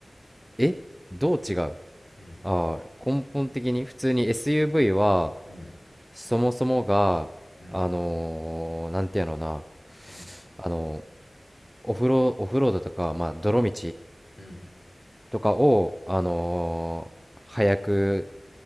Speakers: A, in the centre; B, on the left.
A: えどう違う
B: うん、
A: ああー、根本的に普通に SUV は、
B: うん、
A: そもそもが、
B: うん、
A: あのー、なんていうのな、
B: うん、
A: あのーオフロ、オフロードとか、まあ、泥道
B: うん、
A: とかを、あのー早く、